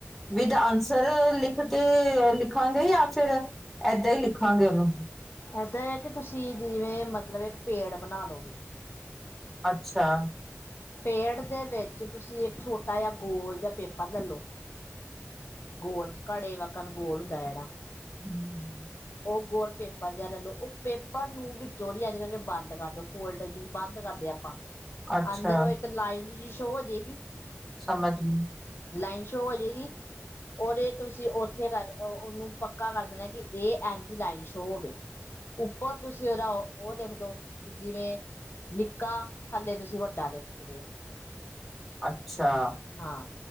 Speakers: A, in the centre; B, on the left (about 50°).
A: ਵਿਦ ਆਨਸਰ ਲਿਖ ਕੇ ਲਿਖਾਂਗੇ ਜਾਂ ਫਿਰ ਏਦਾਂ ਹੀ ਲਿਖਾਂਗੇ ਉਹਨੂੰ
B: ਏਦਾਂ ਹੈ ਕਿ ਤੁਸੀਂ ਜਿਵੇਂ ਮਤਲਬ ਇੱਕ ਪੇੜ ਬਣਾ ਲਓ
A: ਅੱਛਾ-ਅੱਛਾ।
B: ਪੇੜ ਦੇ ਵਿੱਚ ਤੁਸੀਂ ਇੱਕ ਛੋਟਾ ਜਿਹਾ ਗੋਲ ਜਾਂ ਪੇਪਰ ਲੈ ਲਉ ਗੋਲ ਘੜੇ ਵ <unintelligible> ਗੋਲ ਹੁੰਦਾ ਹੈ ਜਿਹੜਾ
A: ਹਮ ਹਮ <unintelligible>
B: ਉਹ ਗੋਲ ਪੇਪਰ ਜਿਹਾ ਲੈ ਲਉ ਉਹ ਪੇਪਰ ਨੂੰ ਵਿੱਚੋ ਅੱਜ ਕਰਕੇ ਬੰਦ ਕਰ ਦਿਉ ਫੋਲਡ ' ਬੰਦ ਕਰਦੇ ਆਪਾਂ
A: ਅੱਛਾ
B: ਅੰਦਰ ਉਹ ਇੱਕ ਲਾਈਨ ਜਿਹੀ ਸ਼ੋਅ ਹੋ ਜਾਏਗੀ ਹ
A: ਸਮਝ ਲ <unintelligible>
B: ਲਾਈਨ ਸ਼ੋਅ ਵਜੇਗੀ ਇਹ ਤੁਸੀਂ ਉੱਥੇ ਕਰ ਉਹਨੂੰ ਪੱਕਾ ਕਰ ਦੇਣਾ ਕਿ ਇਹ ਐਨ ਜ ਲਾਈਨ ਸ਼ੋਅ ਹੋਵੇ ਉੱਪਰ ਤੁਸੀਂ ਉਹਦਾ ਉਹ ਲਿਖ ਦਿਓ ਵੀ ਜਿਵੇਂ ਨਿੱਕਾ ਥੱਲੇ ਤੁਸੀਂ ਵੱਡਾ ਲਿਖ ਸਕਦੇ ਹੋ <unintelligible>
A: ਅੱਛਾ
B: ਹਾਂ